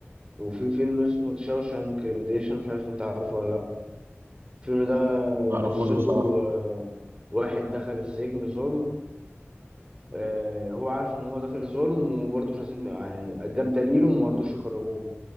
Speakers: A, on the right; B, on the right.
A: وفي فيلم اسمه شاوشانك ريميديشن مش عارف انت عارفه ولا لا الفيلم ده
B: ما اعرفوش
A: قصته
B: بصراحه
A: آه، واحد دخل السجن ظلم آه، هو عارف ان هو داخل ظلم وبرضه مش عايزين يعني جاب دليله وما رضوش يخرجوه